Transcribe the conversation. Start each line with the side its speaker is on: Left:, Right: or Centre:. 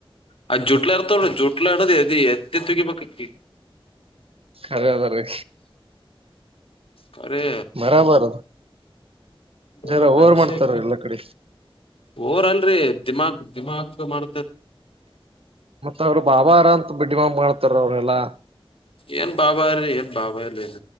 Left: ಆ ಜುಟ್ಲೆರತೋರಿ ಜುಟ್ಲಾಡದಿ ರಿ ಎತ್ತಿ ತೆಗಿಬೇಕು ಅಕಿ
Right: ಖರೆ ಅದರಿ
Left: ಖರೆ
Right: ಬರಬಾರದು
Left: ಹಾ
Right: ಜರ ಓವರ್
Left: ಮನುಷ್ಯಕಿ
Right: ಮಾಡ್ತಾರ ಎಲ್ಲಾ ಕಡೆ
Left: ಓವರ್ ಅಲ್ರೀ ದಿಮಾಕ್ ದಿಮಾಕು ಮಾಡ
Right: ಮತ್ತ ಅವ್ರು ಬಾವಿರ ಅಂತ ಬಿಡ್ಡಿಮಾಮ್ ಮಾಡ್ತಾರ ಅವರೆಲ್ಲಾ.
Left: ಏನ್ ಬಾಬಾರೀ ಏನ್ ಬಾಬಾ ಇಲ್ಲ